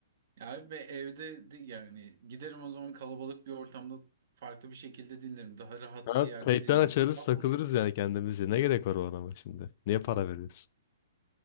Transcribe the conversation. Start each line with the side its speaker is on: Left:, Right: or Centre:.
Right: Ya ve evde de- yani giderim o zaman kalabalık bir ortamda farklı bir şekilde dinlerim. Daha rahat
Left: Ha,
Right: bir yerde
Left: teypten
Right: dinlerim.
Left: açarız
Right: Ya
Left: takılırız
Right: bu,
Left: yani kendimizce. Ne gerek var o adama şimdi? Niye para veriyorsun?